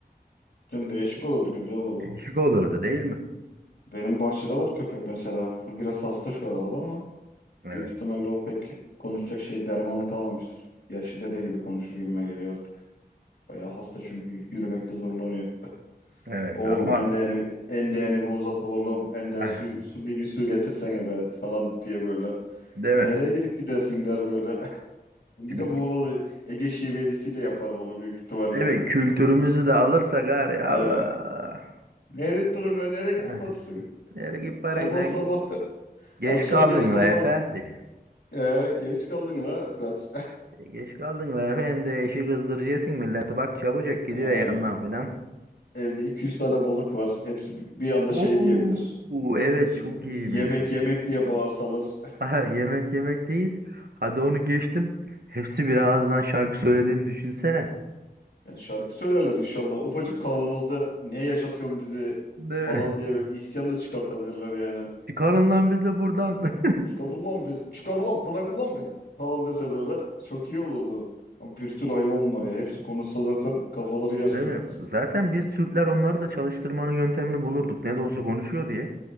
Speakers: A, on the left (about 80°); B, on the right (about 70°).
A: Yani değişik olurdu, güzel olurdu.
B: Değişik olurdu değil mi?
A: Benim bahçede var köpek mesela. Biraz hasta şu aralar ama
B: Evet.
A: büyük ihtimalle o pek konuşacak şey dermanı kalmamıştır. Yaşlı dede gibi konuşur gibime geliyor artık. Bayağı hasta çünkü yürümekte zorlanıyor.
B: Evet
A: Oğlum
B: ama
A: endeğini, bir- bir uzat oğlum. Ender
B: ah,
A: su, su bir, bir su getirsene be falan diye böyle.
B: değil mi?
A: Nereye gidip gidersin der böyle. <laughs> Bir
B: Şimdi
A: de Muğla'lı Ege şivelisiyle yapar bunu büyük ihtimalle.
B: değil mi? Kültürümüzü
A: <laughs>
B: de alırsak gari Allah.
A: Ee, ne edip duruyorsun lan? nereye gidip
B: Eh,
A: batısın?
B: Nereye git paran
A: Sabah
B: lan?
A: sabah der.
B: Geç
A: Akşam
B: kaldın
A: geç kalman.
B: la efendi.
A: Ee, geç kaldın la der. <laughs>
B: E, Geç kaldın la efendi. işi kızdıracaksın milleti. Bak çabucak gidiver
A: Ee,
B: yanından filan.
A: evde 200 tane balık var. Hepsi bir bir anda
B: Oo
A: şey diyebilir.
B: evet
A: Y-
B: çok iyiymiş.
A: yemek yemek diye bağırsalar.
B: Aha, yemek yemek değil. Hadi onu geçtim. Hepsi bir ağızdan şarkı söylediğini düşünsene.
A: Yani şarkı söylerler inşallah. Ufacık kavanozda ne yaşatıyorsun bizi
B: Değil
A: falan
B: mi?
A: diye böyle isyan da çıkartabilirler yani.
B: Çıkarın lan bizi buradan. <laughs>
A: Çıkar ulan bizi, çıkar ulan bırak ulan beni falan dese böyle çok iyi olurdu. Ama bir tür hayvan var ya hepsi konuşsa zaten kafaları
B: Değil
A: yersin.
B: mi? Zaten biz Türkler onları da çalıştırmanın yöntemini bulurduk. Ne de olsa konuşuyor diye.